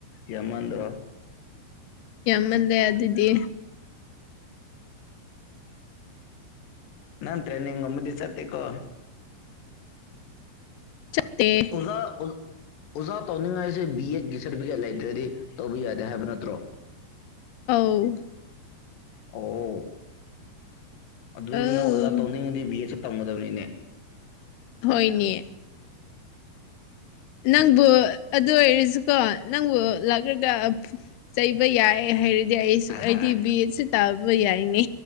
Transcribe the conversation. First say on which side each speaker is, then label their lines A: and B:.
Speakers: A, on the left; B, on the left.
A: ꯌꯥꯝꯃꯟꯗ꯭ꯔꯣ
B: ꯌꯥꯝꯃꯟꯂꯦ ꯑꯗꯨꯗꯤ
A: ꯅꯪ ꯇ꯭ꯔꯦꯟꯅꯤꯡ ꯑꯃꯗꯤ ꯆꯠꯇꯦꯀꯣ
B: ꯆꯠꯇꯦ
A: ꯑꯣꯖꯥ ꯑꯣ ꯑꯣꯖꯥ ꯇꯧꯅꯤꯡꯉꯥꯏꯁꯦ ꯕꯤ ꯑꯦꯠ ꯒꯤ ꯁꯥꯔꯇꯤꯐꯤꯀꯦꯠ ꯂꯩꯇ꯭ꯔꯗꯤ ꯇꯧꯕ ꯌꯥꯗꯦ ꯍꯥꯏꯕ ꯅꯠꯇ꯭ꯔꯣ
B: ꯑꯧ
A: ꯑꯣ ꯑꯗꯨꯑꯣꯏꯗꯤ
B: ꯑꯧ
A: ꯅꯪ ꯑꯣꯖꯥ ꯇꯧꯅꯤꯡꯉꯗꯤ ꯕꯤ ꯑꯦꯠꯁꯨ ꯇꯝꯒꯗꯕꯅꯤꯅꯦ
B: ꯍꯣꯏꯅꯦ ꯅꯪꯕꯨ ꯑꯗꯨ ꯑꯣꯏꯔꯁꯨꯀꯣ ꯅꯪꯕꯨ ꯂꯥꯛꯔꯒ ꯆꯩꯕ ꯌꯥꯏꯌꯦ ꯍꯥꯏꯔ ꯌꯥꯏꯌꯦꯁꯨ
A: ꯑꯍꯥ
B: ꯑꯩꯗꯤ ꯕꯤ ꯑꯦꯠꯁꯨ ꯇꯧꯕ ꯌꯥꯏꯅꯤ